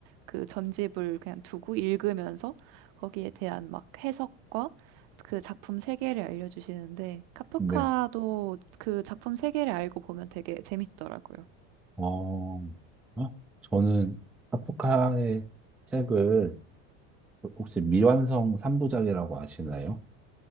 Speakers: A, on the right; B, in the centre.
A: 그 전집을 그냥 두고 읽으면서 거기에 대한 막 해석과 그 작품 세계를 알려주시는데 카프카도
B: 네.
A: 그 작품 세계를 알고 보면 되게 재밌더라고요.
B: 어, 어? 저는 카프카의 책을 혹시 미완성 3부작이라고 아시나요?